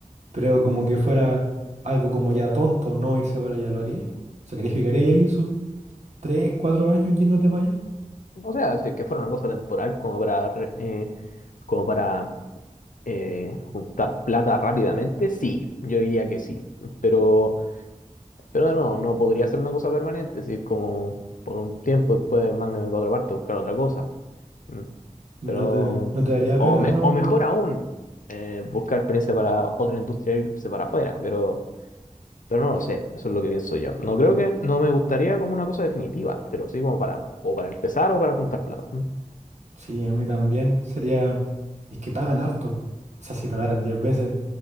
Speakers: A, on the right; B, on the left.
A: Pero como que fuera algo como ya tonto no irse para allá, ¿lo haríais? ¿Sacrificaríais ahí sus 3 4 años yéndote para allá?
B: O sea, si es que fuera una cosa temporal como para, re- eh, como para eh, juntar plata rápidamente, sí, yo diría que sí. Pero Pero no, no podría ser una cosa permanente, si es como por un tiempo después mándame para otra parte, a buscar otra cosa. Mm,
A: ¿No
B: Pero,
A: te, no te daría
B: o,
A: pena,
B: me-
A: no?
B: o mejor aún, eh, buscar experiencia para otra industria e irse para afuera, pero, pero no lo sé, eso es lo que pienso yo. No creo que, no me gustaría como una cosa definitiva, pero sí como para, o para empezar o para juntar plata. Mm.
A: Sí, a mí también. Sería... Es que pagan harto. po. O sea, si pagaran 10 veces,